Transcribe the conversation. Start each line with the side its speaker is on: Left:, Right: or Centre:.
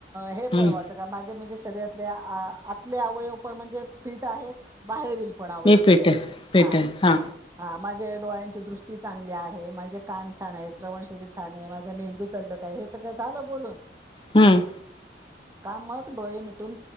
Right: हे
Left: हम्म
Right: पण होत. माझे म्हणजे शरीरातले आतले अवयव पण म्हणजे फिट आहेत, बाहेरील पण अवयव
Left: मी
Right: फिट आहेत,
Left: आहे फिट
Right: हा-हा.
Left: आहे हा
Right: हा, माझ्या डोळ्यांची दृष्टी चांगली आहे, माझे कान छान आहे, श्रवणशैली छान आहे, माझा मेंदू तल्लक आहे, हे सगळं झालं बोलून
Left: हम्म.
Right: का? मग डोळे मिटून